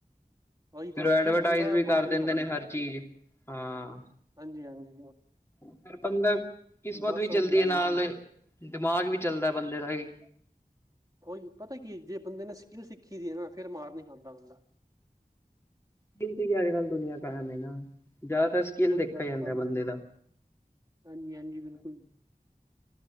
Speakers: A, on the right; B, on the left.
A: ਉਹੀ ਤੇ
B: ਫਿਰ ਐਡਵਰਟਾਈਜ਼
A: ਫੇਰ ਬੰਦਾ
B: ਵੀ ਕਰ
A: ਮਾਰ ਨੀ
B: ਦਿੰਦੇ
A: ਖਾਂਦਾ
B: ਨੇ ਹਰ ਚੀਜ਼ ਹਾਂ
A: ਹਾਂਜੀ ਹਾਂਜੀ
B: ਫਿਰ ਬੰਦਾ ਕਿਸਮਤ
A: ਬਸ
B: ਵੀ
A: ਉਹੀ
B: ਚੱਲਦੀ
A: ਗੱਲ
B: ਹੈ ਨਾਲ
A: ਜੀ
B: ਦਿਮਾਗ ਵੀ ਚੱਲਦਾ ਬੰਦੇ ਦਾ ਵੀ
A: ਹੋਈ ਪਤਾ ਕੀ ਜੇ ਬੰਦੇ ਨੇ ਸਕਿੱਲ ਸਿੱਖੀ ਦੀ ਹੈ ਨਾ ਫਿਰ ਮਾਰ ਨਹੀਂ ਖਦਾ ਬੰਦਾ
B: ਕਿਤ ਕੀ ਅੱਜ ਕੱਲ ਦੁਨੀਆਂ ਕਮ ਹੈ ਨਾ ਜ਼ਿਆਦਾਤਰ ਸਕਿੱਲ
A: ਉਹੀ
B: ਦੇਖਿਆ
A: ਗੱਲ
B: ਜਾਂਦਾ
A: ਹੈ ਭਾਜੀ
B: ਬੰਦੇ ਦਾ
A: ਹਾਂਜੀ ਹਾਂਜੀ ਬਿਲਕੁਲ